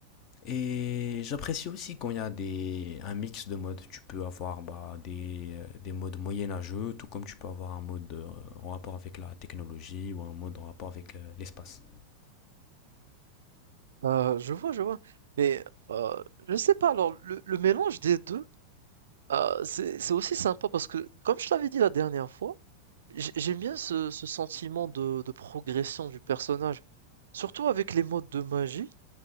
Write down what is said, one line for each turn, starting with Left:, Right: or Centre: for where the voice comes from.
Left: Et j'apprécie aussi quand il y a des, un mix de modes. Tu peux avoir bah, des, euh, des modes moyenâgeux, tout comme tu peux avoir un mode euh, en rapport avec la technologie ou un mode en rapport avec euh, l'espace.
Right: Euh, je vois, je vois. Mais euh, je sais pas. Alors, le, le mélange des deux. Heu, c'est c'est aussi sympa parce que, comme je l'avais dit la dernière fois, j'ai j'aime bien ce ce sentiment de de progression du personnage. Surtout avec les modes de magie,